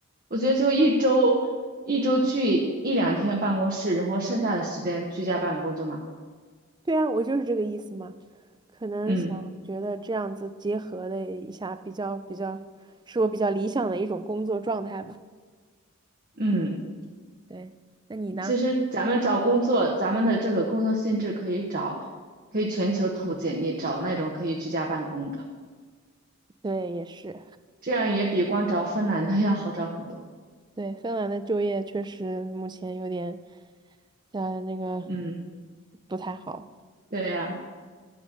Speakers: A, on the right (about 40°); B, on the right (about 20°).
A: 我觉得就一周一周去一两天办公室，然后剩下的时间居家办公就蛮好。
B: 对啊，我就是这个意思嘛。可能想觉得这样子结合的一下，
A: 嗯
B: 比较比较，是我比较理想的一种工作状态吧。
A: 嗯，
B: 对，那你呢？
A: 其实咱们找工作，咱们的这个工作性质可以找，可以全球投简历，找那种可以居家办公的，
B: 对，也是。
A: 这样也比光找芬兰的 <laughs> 要好找很多。
B: 对，芬兰的就业确实目前有点，呃，那个
A: 嗯，
B: 不太好，
A: 对呀。